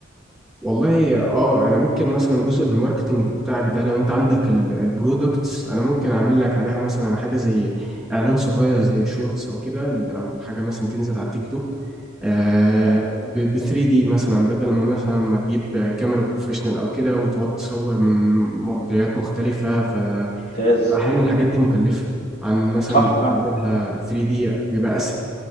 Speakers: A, in the centre; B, on the left.
A: والله اه انا ممكن مثلا جزء الماركتنج بتاعك ده لو انت عندك ال- البرودكتس انا ممكن اعمل لك عليها مثلا حاجه زي اعلان صغير زي شورتس او كده او حاجه مثلا تنزل على التيك توك آه
B: تمام
A: ب 3 دي مثلا بدل ما مثلا ما تجيب كاميرا بروفيشنال او كده وتقعد تصور من مواضيعات مختلفه ف
B: ممتاز
A: احيانا الحاجات دي مكلفه عن مثلا
B: صح فعلا
A: تعملها 3 دي بيبقى اسهل